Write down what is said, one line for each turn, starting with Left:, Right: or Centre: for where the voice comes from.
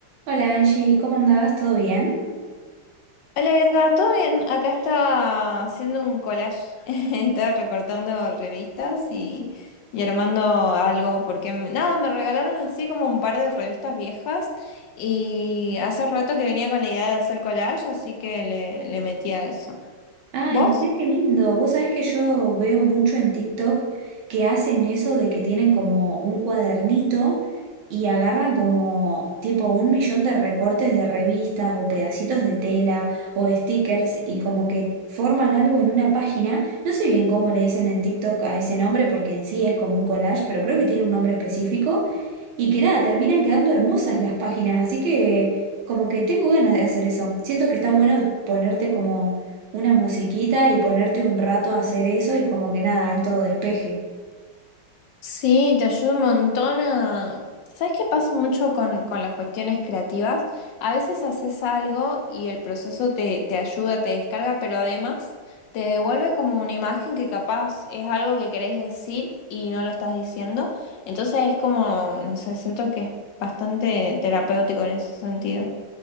Right: Hola Angie, ¿cómo andás? ¿Todo bien?
Left: Hola Bianca, ¿todo bien? Acá estaba haciendo un collage, <laughs> estaba recortando revistas y, y armando algo, porque m- nada, me regalaron así como un par de revistas viejas y hace rato que venía con la idea de hacer collage, así que le, le metí a eso.
Right: Ay,
Left: ¿Vos?
Right: mira qué lindo. Vos sabés que yo veo mucho en TikTok que hacen eso de que tienen como un cuadernito y agarran como tipo un millón de recortes de revistas o pedacitos de tela o stickers y como que forman algo en una página. No sé bien cómo le dicen en TikTok a ese nombre porque en sí es como un collage, pero creo que tiene un nombre específico y que nada, terminan quedando hermosas las páginas. Así que como que tengo ganas de hacer eso. Siento que está bueno ponerte como una musiquita y ponerte un rato a hacer eso y como que nada, alto despeje.
Left: Sí, te ayuda un montón a... ¿Sabes qué pasa mucho con, con las cuestiones creativas? A veces haces algo y el proceso te, te ayuda, te descarga, pero además te devuelve como una imagen que capaz es algo que querés decir y no lo estás diciendo. Entonces es como, no sé, siento que es bastante terapéutico en ese sentido.